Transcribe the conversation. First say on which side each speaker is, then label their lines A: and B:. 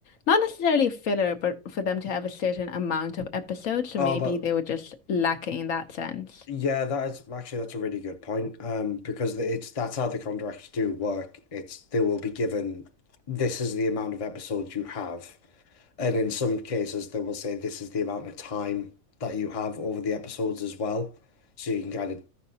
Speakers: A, on the left (about 75°); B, on the left (about 30°).
A: not necessarily filler, but for them to have a certain amount of episodes. So
B: Oh,
A: maybe
B: but
A: they were just lacking in that sense.
B: yeah, that is actually that's a really good point. Um, because it's that's how the contracts do work. It's they will be given this is the amount of episodes you have. And in some cases, they will say this is the amount of time that you have over the episodes as well. So you can kind of